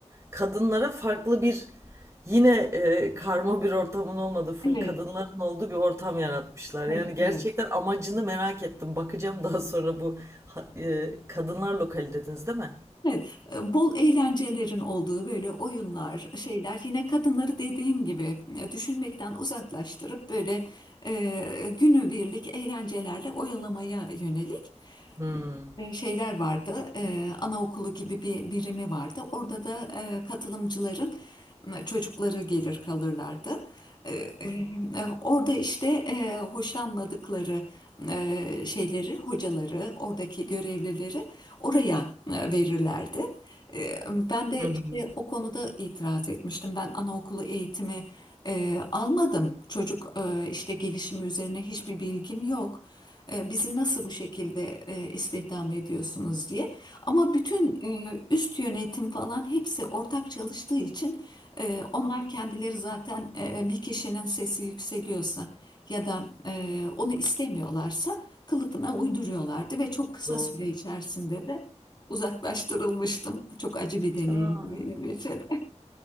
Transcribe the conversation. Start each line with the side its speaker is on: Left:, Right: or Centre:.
Right: kadınlara farklı bir yine e, karma bir ortamın olmadığı full
Left: evet,
Right: kadınların olduğu bir ortam yaratmışlar.
Left: evet,
Right: Yani gerçekten
Left: evet.
Right: amacını merak ettim. Bakacağım daha sonra bu ha- e, kadınlar lokali dediniz değil mi?
Left: Evet, e, bol eğlencelerin olduğu böyle oyunlar, şeyler yine kadınları dediğim gibi e, düşünmekten uzaklaştırıp böyle e, günübirlik eğlencelerle oyalamaya yönelik
Right: Hmm.
Left: e, şeyler vardı. E, anaokulu gibi bir birimi vardı. Orada da e, katılımcıların e, çocukları gelir kalırlardı. E, e, e, Orada işte e, hoşlanmadıkları e, şeyleri, hocaları, oradaki görevlileri oraya e, verirlerdi. Ee, Ben de
Right: Hı hı.
Left: işte o konuda itiraz etmiştim. Ben anaokulu eğitimi e, almadım. Çocuk e, işte gelişimi üzerine hiçbir bilgim yok. E, bizi nasıl bu şekilde e, istihdam ediyorsunuz diye. Ama bütün e, üst yönetim falan hepsi ortak çalıştığı için e, onlar kendileri zaten e, bir kişinin sesi yükseliyorsa ya da e, onu istemiyorlarsa kılıfına uyduruyorlardı ve çok kısa
Right: Doğru.
Left: süre içerisinde de uzaklaştırılmıştım. Çok acı bir deneyimdi
Right: Aa.
Left: benim için.